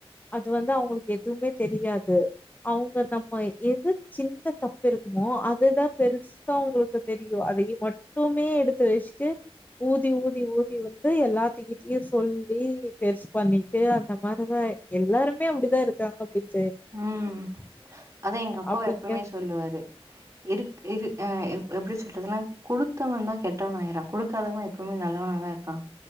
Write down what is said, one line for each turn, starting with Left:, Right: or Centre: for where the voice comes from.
Left: அது வந்து அவுங்களுக்கு எதுவுமே தெரியாது அவங்க நம்ம எது சின்ன தப்பு இருக்குமோ அதுதான் பெருசா அவுங்களுக்கு தெரியும் அதையும் மட்டுமே எடுத்து வச்சுட்டு ஊதி ஊதி ஊதி வந்து எல்லாத்த கிட்டயையும் சொல்லி பெர்ஸ் பண்ணிட்டு அந்த மாதிரிதான் எல்லாருமே அப்படிதான் இருக்காங்க அப்படின்னு
Right: ம் அதான் எங்க அப்பாவ
Left: அப்படிங்க
Right: எப்பமே சொல்லுவாரு இரு இரு ஆ எப்படி சொல்றதுன்னா குடுத்தவன் தான் கெட்டவன் ஆயறான் கொடுக்காதவன் எப்பவுமே நல்லவன்ாதா இருக்கான்